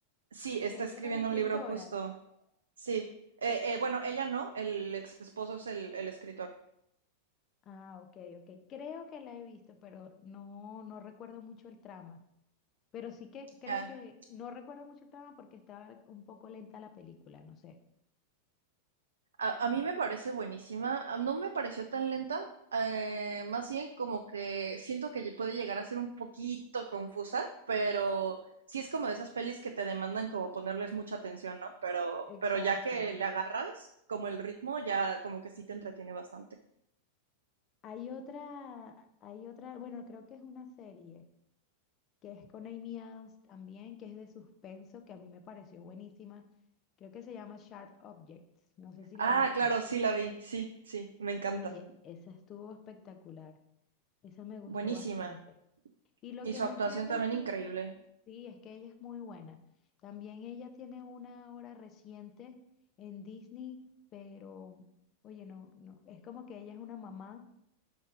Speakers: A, on the right; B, on the left.
A: sí, está
B: que ella
A: escribiendo
B: era una escritora.
A: un libro justo, sí. Eh, eh, bueno, ella no, el ex esposo es el, el escritor.
B: Ah, ok, ok. Creo que la he visto, pero no, no recuerdo mucho el trama. Pero sí que creo
A: Ah,
B: que no recuerdo mucho el trama porque estaba un poco lenta la película, no sé.
A: A, a mí me parece buenísima, a- no me pareció tan lenta, eh, más bien como que siento que puede llegar a ser un poquito confusa, pero sí es como de esas pelis que te demandan como ponerles mucha atención, ¿no? Pero,
B: Exacto.
A: pero ya que le agarras como el ritmo, ya como que sí te entretiene bastante.
B: Hay otra, hay otra, bueno, creo que es una serie que es con Amy Adams también, que es de suspenso, que a mí me pareció buenísima. Creo que se llama Sharp Objects. No sé si la
A: Ah,
B: viste.
A: claro, sí la vi, sí, sí, me encanta.
B: Oye, esa estuvo espectacular. Esa me gustó
A: Buenísima.
B: bastante. Y lo
A: Y
B: que
A: su
B: no
A: actuación
B: entiendo
A: también
B: es que,
A: increíble.
B: sí, es que ella es muy buena. También ella tiene una hora reciente en Disney, pero, oye, no, no, es como que ella es una mamá